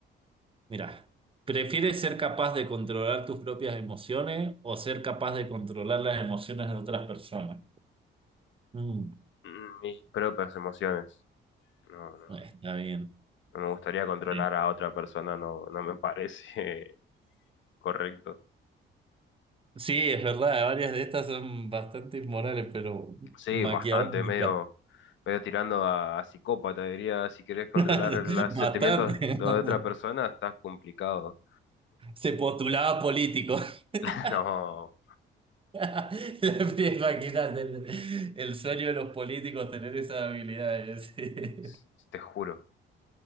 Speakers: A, on the right; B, on the left.
A: Mira, ¿prefieres ser capaz de controlar tus propias emociones o ser capaz de controlar las emociones de otras personas? Mm,
B: Mm, Mis propias emociones. No, no,
A: eh, está bien.
B: no me gustaría controlar
A: Sí,
B: a otra persona, no, no me parece <laughs> correcto.
A: Sí, es verdad, varias de estas son bastante inmorales, pero
B: Sí,
A: maquiavélicas.
B: bastante, medio, medio tirando a, a psicópata, diría, si querés controlar
A: <laughs>
B: los sentimientos
A: Bastante.
B: de
A: <laughs>
B: otra persona, estás complicado.
A: Se postulaba político. <laughs>
B: <laughs> No,
A: <laughs> Las pies máquinas del- el sueño de los políticos tener esas habilidades. <laughs>
B: s- te juro,